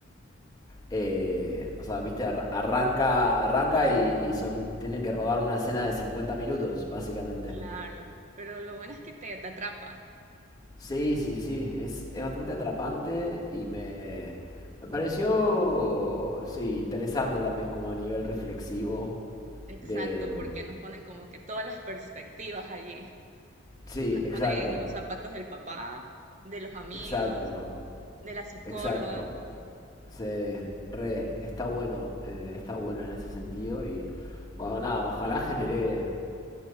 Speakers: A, on the left (about 20°); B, on the right (about 35°).
A: eh, o sea, viste, Arra- arranca, arranca y, y son, tienen que rodar una escena de cincuenta minutos, básicamente.
B: Claro, pero lo bueno es que te, te atrapa.
A: Sí, sí, sí, es, es bastante atrapante y me, me pareció, sí, interesante también como a nivel reflexivo
B: Exacto,
A: de... mm,
B: porque nos ponen como que todas las perspectivas allí.
A: Sí,
B: Nos
A: exacto,
B: ponen en los zapatos del papá, de los amigos,
A: exacto.
B: de la psicóloga.
A: Exacto. Se re, está bueno, eh, está bueno en ese sentido y bueno, nada, ojalá genere,